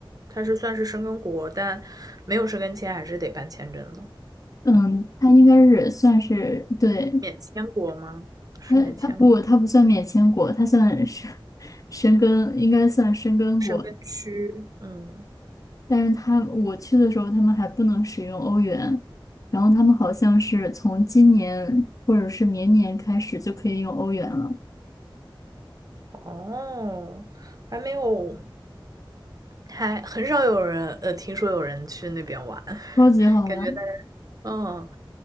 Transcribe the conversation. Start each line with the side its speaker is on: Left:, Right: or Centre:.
Right: 它是算是申根国，但没有申根签还是得办签证的。
Left: 嗯，它应该是算是对
Right: 免签国吗？是免签
Left: 它，它不它不算免签国，它算是 <laughs> 申根，应该算申根国。
Right: 申根区，嗯，
Left: 但是他我去的时候，他们还不能使用欧元，然后他们好像是从今年或者是明年开始就可以用欧元了，
Right: 哦，还没有，还很少有人，呃，听说有人去那边玩，<laughs>
Left: 超级好玩。
Right: 感觉大家，嗯，